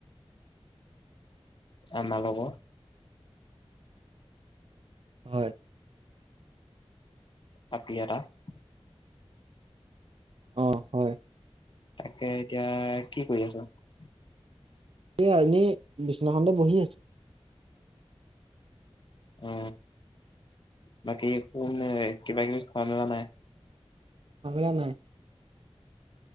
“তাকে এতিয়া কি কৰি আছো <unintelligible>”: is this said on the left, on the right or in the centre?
Left